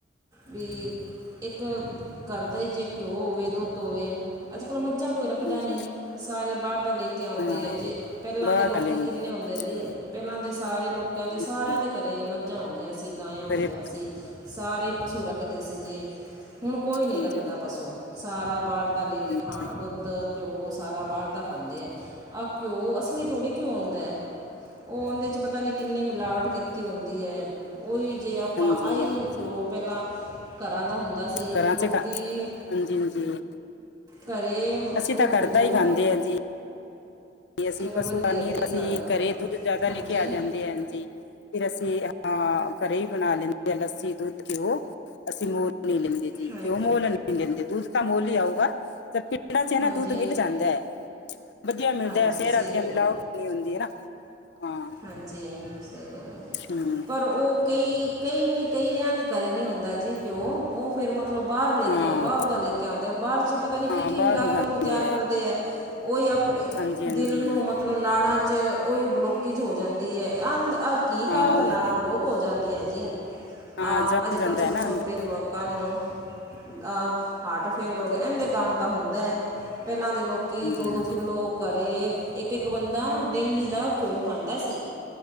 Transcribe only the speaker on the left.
ਹਾਂਜੀ
ਹਾਂ
ਬਾਹਰ
ਲੈਂਦੇ
ਆ
ਹਾਂਜੀ
ਹਾਂਜੀ
ਕਰੇ
ਹਾਂਜੀ
ਹਾਂਜੀ
ਹਾਂਜੀ
ਹਾਂਜੀ
ਹਾਂਜੀ
ਹਾਂਜੀ ਹਾਂਜੀ
ਘਰਾਂ
'ਚ ਖਾ ਹਾਂਜੀ ਹਾਂਜੀ
ਅਸੀਂ
ਤਾਂ ਕਰਦਾ
ਹੀ ਖਾਂਦੇ ਹਾਂ ਜੀ ਅਸੀਂ
ਪਸੂ
ਤਾਂ ਨਹੀਂ
ਅਸੀਂ
ਘਰੇ ਦੁੱਧ ਜਿਆਦਾ
ਲੈਕੇ ਆ ਜਾਂਦੇ ਹ ਜੀ ਫਿਰ ਅਸੀਂ ਹਾਂ ਘਰੇ ਹੀ ਬਣਾ ਲੈਂਦੇ ਆ ਲੱਸੀ ਦੁੱਧ ਘਿਓ ਅਸੀਂ ਮਤਲਬ ਲੈਂਦੇ ਜੀ
ਕਿ ਉਹ ਮੁੱਲ ਨਹੀਂ ਦਿੰਦੇ ਦੁੱਧ ਤਾਂ ਮੁੱਲ ਹੀ ਆਊਗਾ ਤੇ ਜਿਹੜਾ ਚਾਹੀਦਾ
ਨਾ ਦੁਧ ਮਿਲ ਜਾਂਦਾ ਹੈ ਵਧੀਆ ਮਿਲਦਾ
ਸਹੀ ਤਰਾਂ
ਮਿਲਾਓ
ਹੁੰਦੀ ਹੈ ਹਾਂ
ਹਮ,
ਹਾਂ
ਹਾਂ ਬਾਹਰੋਂ
ਖਾਂਦੇ
ਹਾਂਜੀ ਹਾਂਜੀ
ਹਾਂ
ਉਹਨਾਂ-
ਹਾਂ ਜਮ
ਜਾਂਦਾ
ਹੈ ਨਾ ਅੰਦਰ।
ਹਾਂਜੀ
ਹਾਂਜੀ